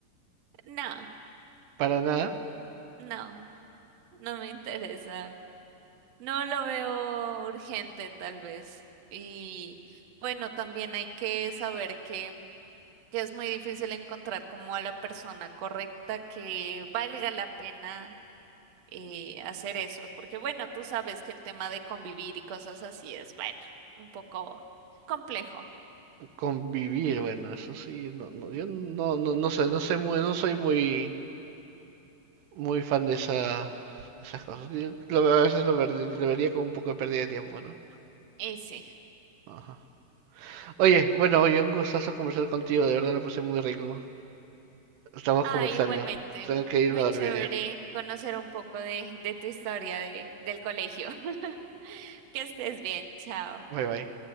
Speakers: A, on the right; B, on the right.
A: no,
B: Para nada,
A: no, no me interesa. No lo veo urgente, tal vez. Y bueno, también hay que saber que, que es muy difícil encontrar como a la persona correcta que valga la pena eh, hacer eso, porque bueno, tú sabes que el tema de convivir y cosas así es, bueno, un poco complejo.
B: convivir, bueno, eso sí, no, no, yo no, no, no sé, no sé muy, no soy muy, muy fan de esa, esas cosas. Yo lo veo- a veces lo, ver- lo vería como un poco de pérdida de tiempo, ¿no?
A: Y sí.
B: Ajá. Oye, bueno, oye, un gustazo conversar contigo, de verdad lo pasé muy rico. Estamos
A: Ah,
B: conversando.
A: igualmente,
B: Tengo que irme
A: muy
B: a dormir
A: chévere
B: ya.
A: conocer un poco de, de tu historia de, del colegio. <laughs> Que estés bien, chao.
B: Bye bye.